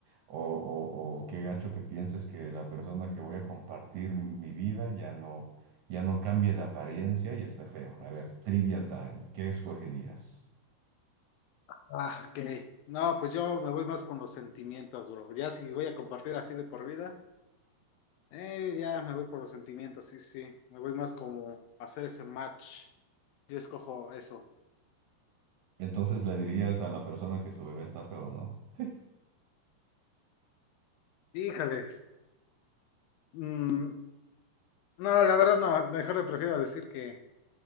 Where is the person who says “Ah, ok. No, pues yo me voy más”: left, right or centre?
Left